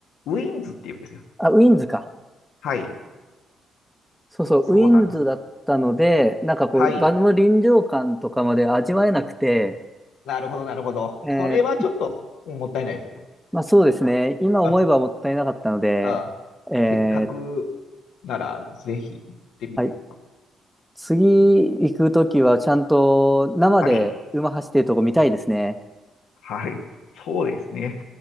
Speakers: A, on the left; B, in the centre.
A: ウィンズっていうんですよ。
B: あ、ウィンズか。
A: はい。
B: そうそう、
A: そうなんです。
B: ウィンズだったので、なんかこう、
A: はい。
B: 場の臨場感とかまで味わえなくて、
A: なるほど、なるほど。
B: えー
A: それはちょっとうんもったいないです。
B: まあそうですね、今思えばもったいなかったので、
A: あ、あ、
B: えー
A: せっかくならぜひ行ってみて。
B: はい次行くときはちゃんと生で馬走ってるとこ見たいですね。
A: はい。はい。そうですね。